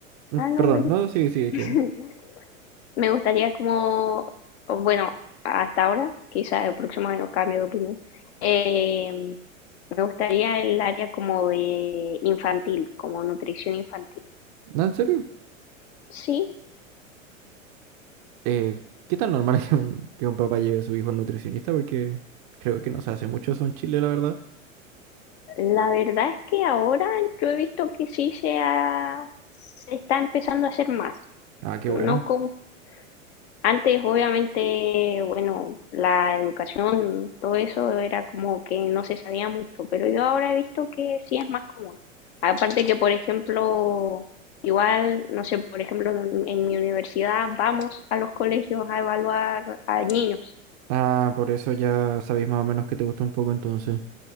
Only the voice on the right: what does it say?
Mm,
Perdón,
no, sigue, sigue, que...
¿No, en serio?
eh, ¿qué tan normal <laughs> es que un, que un papá lleve a su hijo al nutricionista? Porque creo que no se hace mucho eso en Chile, la verdad.
Ah, qué
bueno.
Ah, por eso ya sabéis más o menos que te gusta un poco entonces.